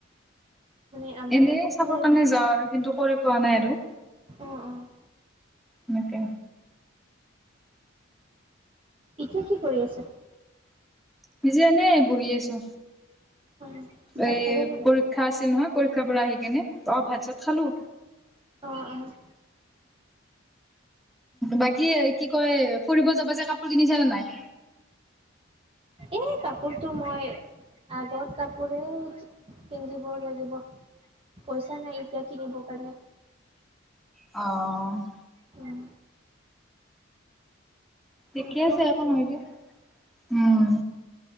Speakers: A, on the right (about 25°); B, in the centre.
A: মানে আমাৰ
B: এনে
A: এইফালে
B: চাবৰ কাৰণে যাওঁ আৰু কিন্তু কৰি পোৱা নাই আৰু।
A: অ', অ'।
B: এনেকে।
A: এতিয়া কি কৰি আছে?
B: নিজে এনেই বহি আছো।
A: অ ভাত
B: এ
A: খালে নে নাই
B: পৰীক্ষা আছিল নহয় পৰীক্ষাৰ পৰা আহি কিনে, অ' ভাত চাত খালোঁ।
A: অ', অ'।
B: বাকী কি কয় ফুৰিব যাবা যে কাপোৰ কিনিছে নে নাই?
A: এই কাপোৰটো মই আগৰ কাপোৰে পিন্ধিব লাগিব। পইচা নাই এতিয়া কিনিব কাৰণে।
B: অ'।
A: উম।
B: ঠিকে
A: নতুন
B: আছে একো
A: কিনিবা
B: নহয় দে। উম